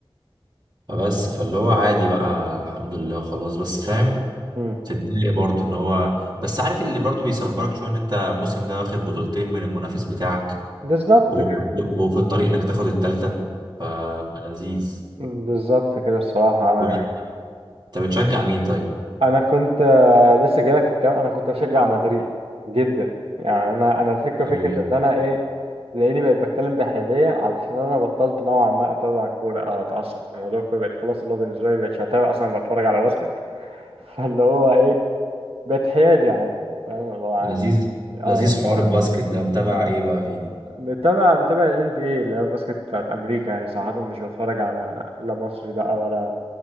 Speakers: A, on the right; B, on the right.
A: فبس فاللي هو عادي بقى الحمد لله خلاص بس فاهم
B: امم
A: تتضايق برضه ان هو بس عارف اللي برضه بيصبرك شوية ان انت الموسم ده واخد بطولتين من المنافس بتاعك
B: بالظبط
A: وفي
B: كده
A: وفي الطريق انك تاخد التالتة ف- فلذيذ
B: بالظبط كده الصراحة
A: طب
B: يعني
A: انت بتشجع مين طيب؟
B: أنا كنت آه، لسه جايلك في الكلام أنا كنت بشجع مدريد جدا يعني أنا أنا الفكرة فكرة
A: يعني
B: إن أنا إيه تلاقيني بقيت بتكلم بحيادية علشان أنا بطلت نوعا ما أتابع الكورة أو أتعصب في موضوع الكورة بقيت خلاص اللي هو بالنسبة لي مبقتش أتابع أصلا بتفرج على باسكت <laughs> فاللي هو إيه بقيت حيادي عادي فاهم اللي هو عادي
A: لذيذ
B: اه
A: لذيذ حوار الباسكت ده بتابع ايه بقى فيني؟
B: متابع متابع ال NBA اللي هي الباسكت بتاعت أمريكا يعني صراحة مش بتفرج على لا مصري بقى ولا